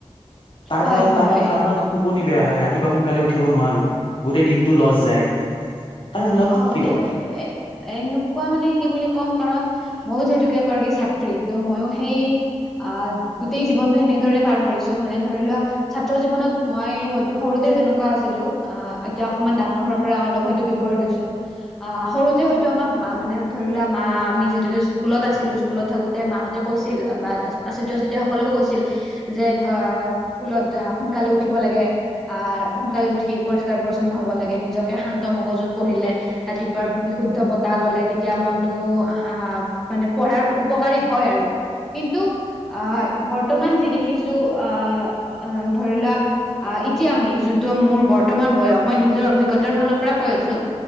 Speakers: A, on the left (about 50°); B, in the centre.
A: তাৰ
B: হয়
A: ফলত
B: হয়
A: তাৰপা
B: হয়
A: তাৰপৰা আমি টোপনি বেয়া হয় ৰাতিপুৱা সোনকালে উঠিব নোৱাৰো গোটেই দিনটো লছ যায়। তাৰ ফলত
B: অ
A: কি
B: মানে
A: ক'বা
B: এ এনেকুৱা মানে কি বুলি কম কাৰণ- মইও যিহেতুকে এগৰাকী ছাত্ৰী ত' ময়ো সেই আ গোটেই জীৱনতটো সেনেদৰে পাৰ কৰিছো মানে ধৰি লোৱা- ছাত্ৰ জীৱনত মই হয়তো সৰুতে যেনেকুৱা আছিলো আহ এতিয়া অকমান ডাঙৰ হোৱাৰ পৰা অলপ হয়তো- হৈছো আহ সৰুতে হয়তো আমাক মানে ধৰি লোৱা মা আমি যিহেতুকে স্কুলত আছিলো স্কুলত থাকোতে মাহঁতে কৈছে আচুয্য আচুয্য সকলেও কৈছিল যে ধৰ স্কুলত জা সোনকালে উঠ উঠিব লাগে আহ সোনকালে উঠি পৰিষ্কাৰ পৰিচ্ছন্ন হ'ব লাগে নিজকে শান্ত মগজুত- পঢ়িলে ৰাতিপুৱা বিশুদ্ধ বতাহ ল'লে - এতিয়া মনটো আহ মানে পঢ়াৰ উপকাৰী হয় আৰু কিন্তু আহ- বৰ্তমান যি দেখিছো অ অ ধৰি লোৱা এতিয়া আমি যোনটো মোৰ বত বৰ্তমান বয়স মই নিজৰ অভিজ্ঞতাৰ ফালৰ পৰা কৈ আছো